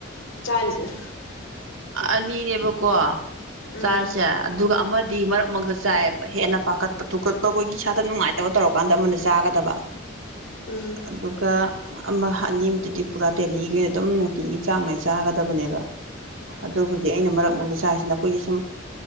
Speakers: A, on the left; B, on the right.
A: ꯆꯥꯔꯤꯁꯤꯅ
B: ꯑꯅꯤꯅꯦꯕꯀꯣ
A: ꯎꯝ
B: ꯆꯥꯔꯤꯁꯦ ꯑꯗꯨꯒ ꯑꯃꯗꯤ ꯃꯔꯛ ꯃꯔꯛꯇ ꯆꯥꯏ ꯍꯦꯟꯅ ꯄꯥꯈꯠꯄ ꯊꯨꯀꯠꯄ ꯑꯈꯣꯏꯒꯤ ꯏꯁꯥꯗ ꯅꯨꯡꯉꯥꯏꯇꯕ ꯇꯧꯔꯀꯥꯟꯗ ꯑꯃꯅ ꯆꯥꯒꯗꯕ
A: ꯎꯝ
B: ꯑꯗꯨꯒ ꯑꯃ ꯑꯅꯤ ꯑꯃꯗꯨꯗꯤ ꯄꯨꯔꯥ ꯗꯦꯜꯂꯤꯒꯤ ꯑꯣꯏꯅ ꯑꯗꯨꯝ ꯅꯨꯡꯇꯤꯒꯤ ꯆꯥꯡ ꯅꯥꯏ ꯆꯥꯒꯗꯕꯅꯦꯕ ꯑꯗꯣ ꯍꯧꯖꯤꯛ ꯑꯩꯅ ꯃꯔꯛ ꯃꯔꯗ ꯆꯥꯏꯁꯤꯅ ꯑꯩꯈꯣꯏꯒꯤ ꯁꯨꯝ